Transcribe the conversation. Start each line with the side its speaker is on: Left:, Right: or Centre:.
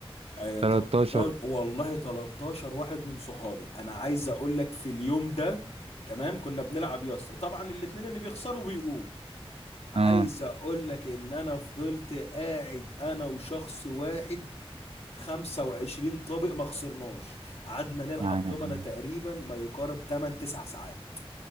Left: آه
Right: 13
Left: 13 والله 13 واحد من صحابي انا عايز اقول لك في اليوم ده تمام كنا بنلعب يا اسطى طبعا الاتنين اللي بيخسروا بيقوموا عايز
Right: اه
Left: اقول لك ان انا فضلت قاعد انا وشخص واحد 25 طابق ما خسرناش قعدنا نلعب
Right: يعني
Left: دومنا تقريبا ما يقارب 8 9 ساعات